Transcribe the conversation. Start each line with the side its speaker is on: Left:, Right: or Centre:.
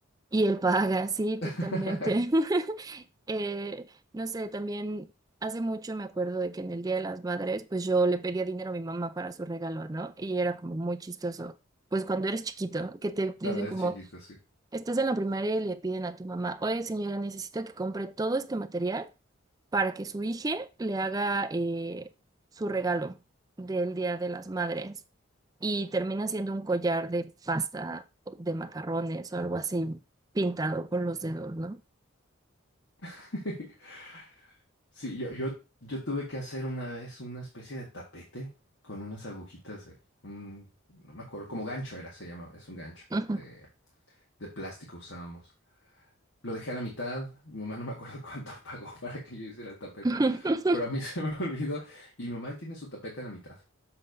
Right: Y él paga, sí, totalmente.
Left: <laughs>
Right: <laughs> Eh, no sé, también hace mucho me acuerdo de que en el Día de las Madres, pues yo le pedía dinero a mi mamá para su regalo, ¿no? Y era como muy chistoso. Pues cuando eres chiquito, que te dicen
Left: Cuando eres
Right: como,
Left: chiquito, sí.
Right: estás en la primaria y le piden a tu mamá, oye señora, necesito que compre todo este material para que su hija le haga eh, su regalo del Día de las Madres. Y termina siendo un collar de pasta, de macarrones o algo así, pintado con los dedos, ¿no?
Left: <laughs> Sí, yo, yo, yo tuve que hacer una vez una especie de tapete con unas agujitas de un, no me acuerdo, como gancho era, se llama, es un gancho
Right: Ujú.
Left: de, de plástico usábamos. Lo dejé a la mitad, mi mamá no me acuerdo cuánto <laughs> pagó para que yo hiciera el tapete,
Right: <laughs>
Left: pero a mí se me <laughs> olvidó y mi mamá ahí tiene su tapete a la mitad,